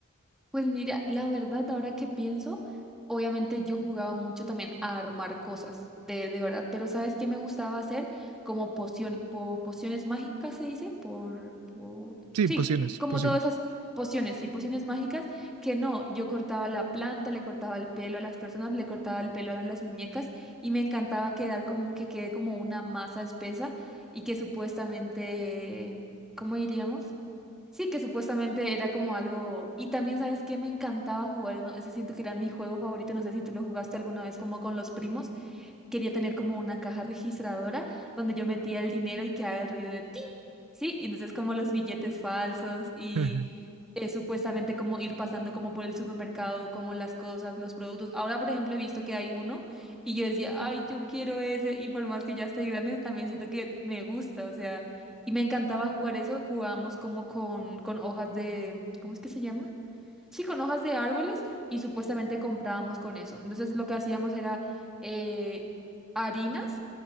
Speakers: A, in the centre; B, on the right.
A: Pues mira, la verdad, ahora que pienso, obviamente yo jugaba mucho también a armar cosas, de, de verdad, pero ¿sabes qué me gustaba hacer? Como poción, po- pociones mágicas se dice, por, por-
B: Sí,
A: sí,
B: pociones,
A: como
B: pociones.
A: todas esas pociones, sí, pociones mágicas, que no, yo cortaba la planta, le cortaba el pelo a las personas, le cortaba el pelo a las muñecas y me encantaba quedar como que quede como una masa espesa y que supuestamente, ¿cómo diríamos? Sí, que supuestamente era como algo. Y también, ¿sabes qué? Me encantaba jugar, ¿no? Ese siento que era mi juego favorito. No sé si tú lo jugaste alguna vez como con los primos. Quería tener como una caja registradora donde yo metía el dinero y que haga el ruido de tin. Sí, y entonces como los billetes falsos y
B: <laughs>
A: es supuestamente como ir pasando como por el supermercado, como las cosas, los productos. Ahora, por ejemplo, he visto que hay uno y yo decía, ay, yo quiero ese y por más que ya estoy grande, también siento que me gusta, o sea, y me encantaba jugar eso, jugábamos como con, con hojas de, ¿cómo es que se llama? Sí, con hojas de árboles y supuestamente comprábamos con eso. Entonces lo que hacíamos era eh, harinas,